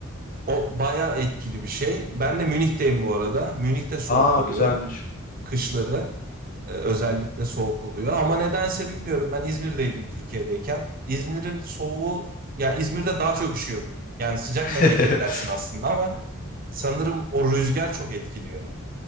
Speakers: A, on the right; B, on the left.
A: o bayağı etkili bir şey. Ben de Münih'teyim bu arada. Münih'te soğuk
B: Aa
A: oluyor.
B: güzelmiş.
A: Kışları e, özellikle soğuk oluyor. Ama nedense bilmiyorum ben İzmir'deydim Türkiye'deyken. İzmir'in soğuğu ya İzmir'de daha çok üşüyordum. Yani sıcak
B: <laughs>
A: memleket dersin aslında ama sanırım o rüzgar çok etkiliyor.